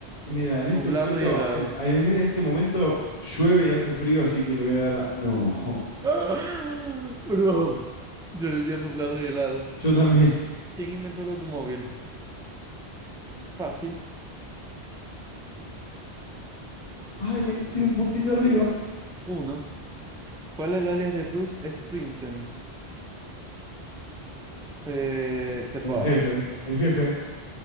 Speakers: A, on the left; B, in the centre.
A: Mira, en
B: nublado
A: este momento,
B: y helado.
A: en, en este momento llueve y hace frío, así que le voy a dar a... No,
B: <gasps> ¡Ah! Bro, yo le di a nublado y helado.
A: yo también.
B: ¿Quién inventó el automóvil? Fácil.
A: Ay, me que- estoy un puntito arriba.
B: Uno. ¿Cuál es el alias de Bruce Sprintons? Eh, The
A: El
B: Boss.
A: jefe, el jefe,